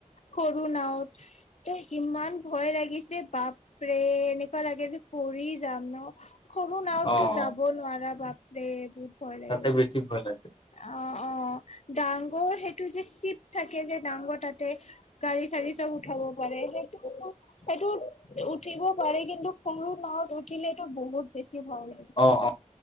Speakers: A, on the left (about 55°); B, on the left (about 40°).
A: সৰু নাৱত। ত' ইমান ভয় লাগিছে বা বাপৰে এনেকুৱা লাগে যে পৰি যাম ন সৰু নাওতো
B: অ অ',
A: যাব নোৱাৰা বাপৰে ভয় লাগে।
B: তাতে বেছি ভয় লাগে
A: অ অ ডাঙৰ সেইটো যে চিপ থাকে যে ডাঙৰ তাতে গাড়ী চাৰী চব উঠাব পাৰে সেইটো অকল সেইটো উঠিব পাৰে কিন্তু সৰু নাওত উঠিলেটো বহুত বেছি ভাল লাগে।
B: অ' অ